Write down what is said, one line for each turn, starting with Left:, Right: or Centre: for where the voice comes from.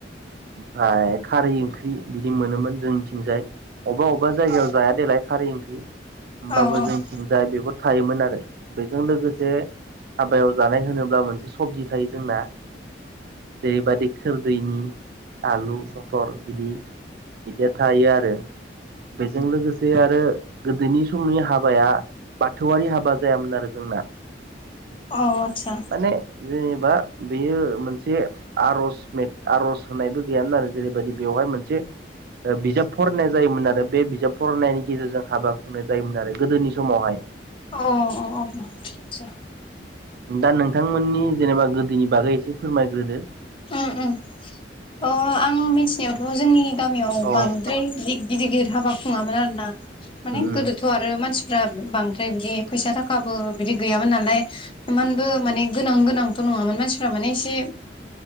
Right: ओमफ्राय खारै ओंख्रि बिदि मोनोमोन जोंनिथिंजाय अबेबा अबेबा जायगायाव जाया देलाय खारै ओंख्रि होमबाबो
Left: अ
Right: जोंनिथिजाय बेफोर थायोमोन आरो बेजों लोगोसे हाबायाव जानाय होनोब्ला मोनसे सबजि थायो जोंना जेरैबायदि खोरदैनि आलु मथर बिदि बिदिया थायो आरो बेजों लोगोसे आरो गोदोनि समनि हाबाया बाथौआरि हाबा जायामोन आरो जोंना
Left: अ आतसा
Right: माने जेनेबा बेयो मोनसे आर'ज मेट आर'ज होननायबो गैयान आरो जेरैबायदि बेवहाय मोनसे बिजाब फरायनाय जायोमोन आरो बे बिजाब फरायनायनि गेजेरजों हाबा खुंनाय जायोमोन आरो गोदोनि समाव हाय
Left: अ-अ-अ आतसा
Right: दा नोंथांमोननि जेनेबा गोदोनि बागै एसे फोरमायग्रोदो
Left: उम उम अ आं मिथिनायावथ' जोंनि गामियाव
Right: उम
Left: बांद्राय बिदि गिदिर गिदिर हाबा खुङामोन आरोना माने
Right: उम
Left: गोदोथ' आरो मानसि फ्रा बांद्राय बिदि फैसा थाखाबो बिदि गैयामोन नालाय इमानबो माने गोनां गोनांथ' नङामोन मानसिफ्रा माने एसे